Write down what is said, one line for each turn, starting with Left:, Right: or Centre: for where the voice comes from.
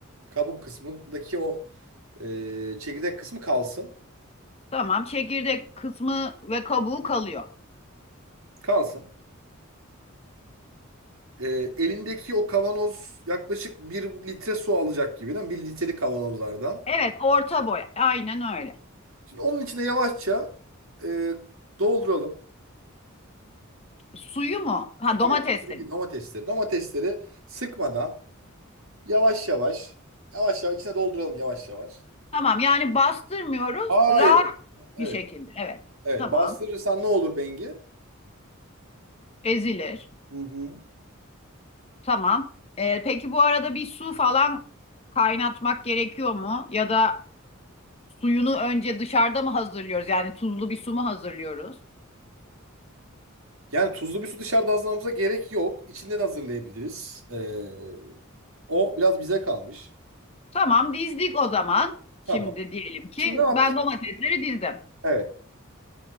Right: Kabuk kısmındaki o eee, çekirdek kısmı kalsın.
Left: Tamam. Çekirdek kısmı ve kabuğu kalıyor.
Right: Kalsın. e, elindeki o kavanoz yaklaşık bir litre su alacak gibi değil mi? Bir litrelik kavanozlardan.
Left: Evet, orta boy. Aynen öyle.
Right: Şimdi onun içine yavaşça e, dolduralım.
Left: Suyu mu? Ha domatesleri.
Right: Evet. Elindeki Domatesleri. Domatesleri sıkmadan yavaş yavaş yavaş yavaş içine dolduralım yavaş yavaş.
Left: Tamam yani bastırmıyoruz.
Right: Hayır.
Left: Rahat
Right: Evet.
Left: bir şekilde. Evet.
Right: Evet.
Left: Tamam.
Right: Bastırırsan ne olur Bengi?
Left: Ezilir.
Right: Hı hı.
Left: Tamam. Ee, peki bu arada bir su falan kaynatmak gerekiyor mu? Ya da suyunu önce dışarıda mı hazırlıyoruz? Yani tuzlu bir su mu hazırlıyoruz?
Right: Yani tuzlu bir su dışarıda hazırlamamıza gerek yok. İçinde de hazırlayabiliriz. Ee, o biraz bize kalmış.
Left: Tamam dizdik o zaman.
Right: Tamam.
Left: Şimdi diyelim ki
Right: Şimdi ne yaptık?
Left: ben domatesleri dizdim.
Right: Evet.